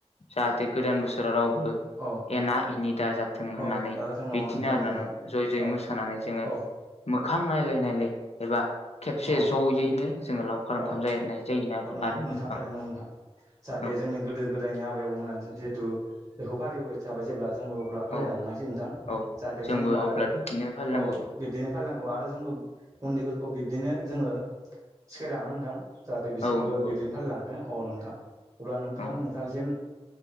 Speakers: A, on the left; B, on the right.
A: जाहाथे गोदान बोसोराव रावबो
B: औ
A: एना एनि दाजाथों होननानै
B: औ नाजाथों
A: बिदिनो
B: औ नोंगौ थारैनो
A: आरो
B: नंगौ
A: नो
B: नोंथां
A: ज'य ज'यै
B: औ
A: मोसानानै जोङो
B: औ
A: मोखां नायलाय नायलाय एबा खेबसे
B: औ
A: ज'यैनो जोङो लावखार
B: औ
A: ओंखाम जानाय जायो ना
B: औ
A: आरो नोंथां
B: थारैनो नंगौ नोंथां जाहाथे
A: नो
B: जोंनि गोदो गोदायनि आबै आबौमोनानो जिहेतु बेखौ फालिबोबाय थाबाय जेब्ला जोंबो अब्ला फालिलांनांसिगोन
A: औ
B: नोंथां
A: औ
B: जाहाथे जोंबो आरो
A: अब्ला बिदिनो फालिनांगौ
B: अह बिदिनो फालिनांगौ आरो जोंबो उन्दैफोर खौ बिब्दिनो जोङो सिखायलांनांगोन नोंथां जाहाथे बिसोरबो
A: औ नंगौ
B: बिदिनो फालिलांथों अ नोंथां अब्ला नोंथां
A: औ
B: नोंथांनिसिम